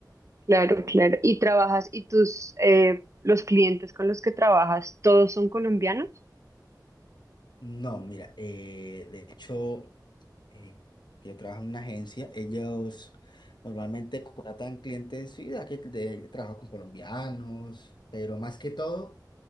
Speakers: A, on the right; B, on the left.
A: Claro, claro. ¿Y trabajas, y tus, eh, los clientes con los que trabajas, todos son colombianos?
B: No, mira, eh, de hecho, eh, porque yo trabajo en una agencia, ellos normalmente contratan clientes, sí, de aquí de, trabajo con colombianos, pero más que todo